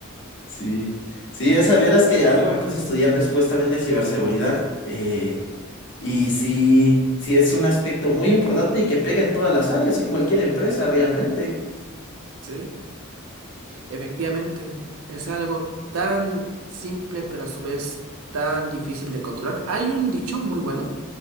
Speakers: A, on the left; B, on the right.
A: Sí, sí,
B: Exacto,
A: esa vieras que algo me puse a estudiar después también de ciberseguridad. eh, y sí, sí es un aspecto muy importante y que pega en todas las áreas, en cualquier empresa realmente.
B: sí. Efectivamente, es algo tan simple, pero a su vez tan difícil de controlar. Hay un dicho muy bueno